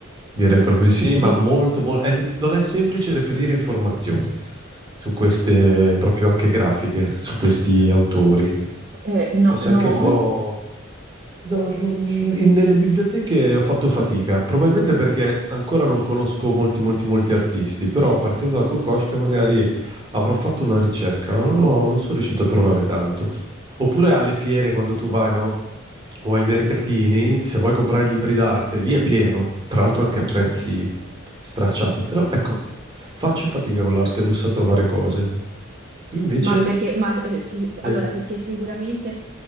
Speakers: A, on the right; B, on the right.
A: Direi proprio di sì, ma
B: Di-
A: molto, mol- eh, non è semplice reperire informazioni su queste, proprio anche grafiche, su questi autori.
B: eh, no,
A: Forse
B: no?
A: anche un po' No, non- in- nelle biblioteche ho fatto fatica, probabilmente perché ancora non conosco molti, molti, molti artisti, però partendo da Kokoschka magari avrò fatto una ricerca, ma non ho- non sono riuscito a trovare tanto. Oppure alle fiere, quando tu vai, no? O ai mercatini, se vuoi comprare libri d'arte, lì è pieno, tra l'altro anche a prezzi stracciati, però ecco, faccio fatica con l'arte russa a trovare cose. Tu invece?
B: Ma perché, ma, eh, sì, allora,
A: Sei-
B: perché sicuramente